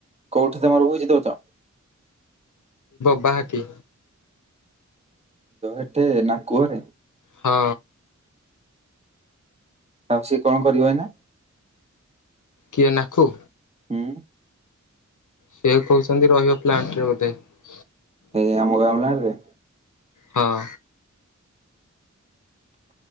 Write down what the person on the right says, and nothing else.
କୋଉଠି ତମର ଭୋଜି ଦେଉଚ?
ଏଠି ନା କୁଅରେ?
ଆଉ ସେ କଣ କରିବ ଏଇନା?
ହୁଁ।
ଏଇ ଆମ ର ଗାମଲା ରେ।